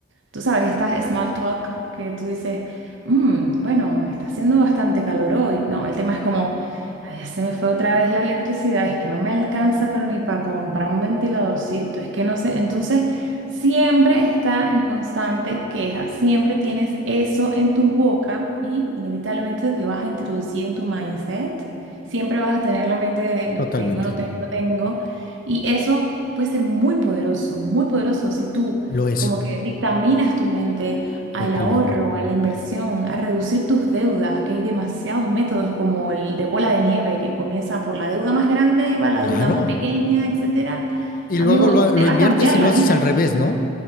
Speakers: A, on the right (about 70°); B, on the left (about 45°).
A: Tú sabes, estas small talk que tú dices, "Mm, bueno, me está haciendo bastante calor hoy. No, el tema es como, ay, ya se me fue otra vez la electricidad, es que no me alcanza, pero ni para comprar un ventiladorcito, es que no sé. Entonces, siempre está en constante queja, siempre tienes eso en tu boca y inevitablemente lo vas a introducir en tu mindset. Siempre vas a tener la mente de no
B: totalmente.
A: tengo, no tengo, no tengo. Y eso puede ser muy poderoso, muy poderoso si tú
B: Lo es,
A: como que dictaminas tu mente al
B: totalmente.
A: ahorro, a la inversión, a reducir tus deudas, que hay demasiados métodos como el de bola de nieve, que comienza por la deuda más grande y va a la
B: Claro.
A: deuda más pequeña, etcétera.
B: Y luego
A: Amigo,
B: lo, lo
A: te va
B: inviertes
A: a cambiar
B: y lo
A: la
B: haces
A: vida.
B: al revés, ¿no?